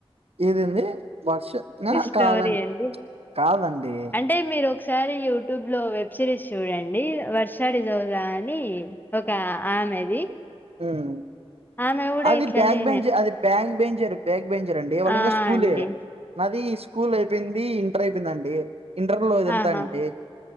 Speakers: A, on the right (about 75°); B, on the left (about 20°).
A: ఏదేంది వర్ష
B: స్టోరీ
A: కాదండి
B: అండి
A: కాదండి
B: అంటే మీరు ఒకసారి యూట్యూబ్ లో వెబ్ సిరీస్ చూడండి వర్షారిజోరా అని ఒక ఆమెది
A: ఉం
B: ఆమె కూడా
A: అది
B: ఇట్లనే
A: బ్యాక్ బంజ్ అది బ్యాగ్ బెంజర్ డైగ్ యించరండి వాళ్ళు
B: ఆ
A: ఇంకా స్కూలే
B: అండి
A: నాది స్కూల్ అయిపోయింది ఇంటర్ అయిపోయిందండి ఇంటర్ లో ఇది అంట
B: ఆహా
A: అండి